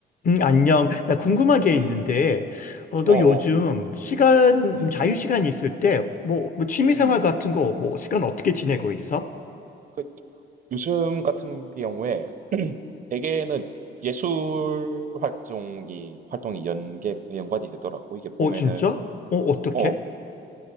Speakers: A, on the left (about 45°); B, on the right (about 45°).
A: 음, 안녕. 나 궁금한
B: 음,
A: 게
B: 음,
A: 있는데, 어, 너
B: 어어,
A: 요즘 시간,
B: 음,
A: 자유 시간 있을 때, 뭐, 뭐 취미 생활
B: 음.
A: 같은 거, 뭐, 시간 어떻게 지내고 있어?
B: 그, 요즘 같은 경우에 <clears throat> 대개는 예술 활동이, 활동이 연계, 연관이 되더라고. 이게 보면은,
A: 어, 진짜? 어, 어떻게?
B: 어,